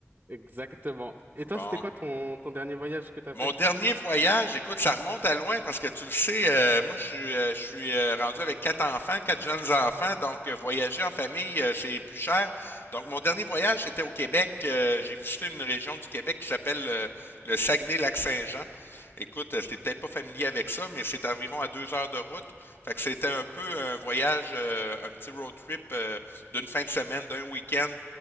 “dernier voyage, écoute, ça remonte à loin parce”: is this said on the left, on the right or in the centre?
Left